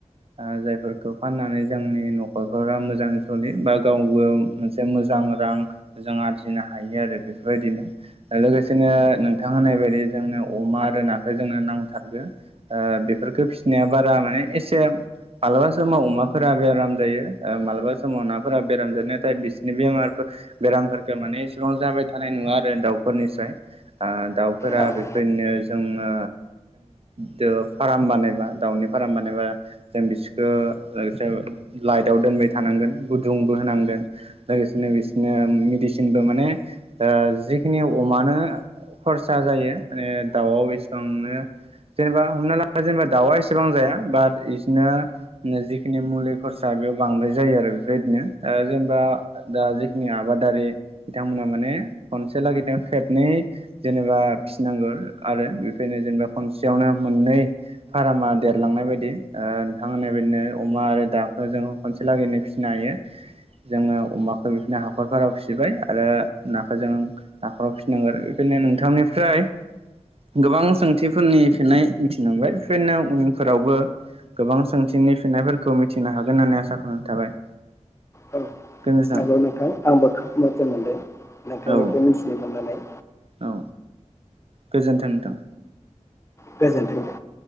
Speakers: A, on the right; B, on the left.
A: ओ जायफोरखौ फाननानै जोंनि न'खरफोरा मोजाङै सलि बा गावबो मोनसे मोजां रां जों आरजिनो हायो आरो बेफोरबायदिनो लोगोसेनो नोंथां होननाय बायदि जोंनो अमा आरो नाखौ जोंनो नांथारगो ओ बेफोरफोरखो फिसि नो बारा माने एसे मालाबा समाव अमाफोरा बेराम जायो ओ मालाबा समाव नाफोरा बेराम जायो नाथाय बिसोरनि बेमार बेरामफोरखौ माने इसेबां जाबाय थानाय नङा आरो ओ दाउफोरनिफ्राय दाउफोरा
B: औ
A: बेफोरनो जोङो जों फार्म बानायबा दाउनि फारामबानबा जों बिसोरखौ लोगोसे लाइटआव दोनबाय थानांगोन गुदुंबो होनांगोन लोगोसेनो बिसोरनो मेडिसिनबो माने ओ जिखिनि अमानो खरसा जायो माने दाउआव बेसेबांनो जेनेबा हमना ला जेनेबा दाउआ एसेबां बेसेबां जाया बाट इदिनो जिखिनि मुलि खरसा बेयाव बांद्राय जायो आरो बेबायदिनो जेनेबा दा जिखिनि आबादारि बिथांमोना माने खनसे लागैजों खेबनै जेनेबा फिसिनांगौ आरो बेफोरनो जेनेबा खनसेयावनो मोननै फार्मा देरलांनाय बायदि ओ नोंथां बिदिनो अमा आरो दाउखो जों खनसे लागैनो फिसिनो हायो जोङो अमाखौ बिनो हाखरफोराराव फिसिबाय आरो नाखौ जों हाखराव फिसिनांगोन बेदिनो नोंथांनिफ्राय गोबां सोंथि बेफोरनि फिननाय ओं <unintelligible> फोरावबो गोबां सोंथि थिनि फिन्नायफोरखौ मिथिनो हागोन होननानै आसा खालामनाय थाबाय।
B: औ
A: गोजोन्थों
B: नंगौ नोंथां आंबो खोब मोजां मोनदों नोंथांनिफ्राय
A: औ
B: मिथिनो मोननानै।
A: औ गोजोन्थों नोंथां।
B: गोजोनथों दे